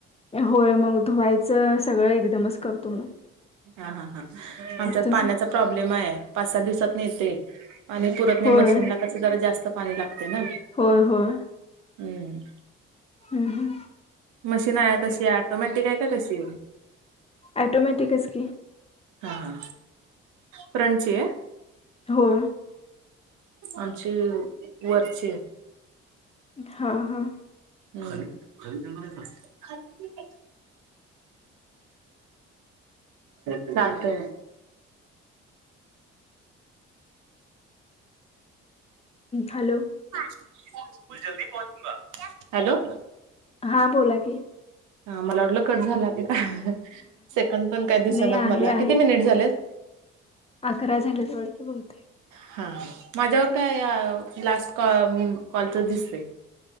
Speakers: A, on the left; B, on the right.
A: होय मग धुवायचं सगळं एकदमच करतो मग.
B: हा हा हा आमच्यात
A: तस
B: पाण्याचा प्रॉब्लेम आहे पाच सात दिवसातन येतय आणि पुरत नाही
A: होय
B: मशीनला कस जरा जास्त पाणी लागते ना.
A: होय होय
B: हम्म
A: हम्म हम्म
B: मशीन आहे कशीय ऑटोमॅटिक आहे का कशी आहे?
A: ॲटोमॅटिक च की
B: हा हा फ्रंट ची आहे?
A: होय
B: आमचे वरचे
A: हा हा
B: <inaudible> चालतय
A: हॅलो
B: <unintelligible> हॅलो
A: हा बोला की.
B: ह मला वाटलं कट झाला की काय सेकंड पण काय दिसनात
A: नाही आहे
B: मला
A: आहे
B: किती मिनिट झालेत?
A: अकरा झाल्यात वाटत बहुते
B: हा माझ्यावर काय लास्ट क कॉलच दिसतय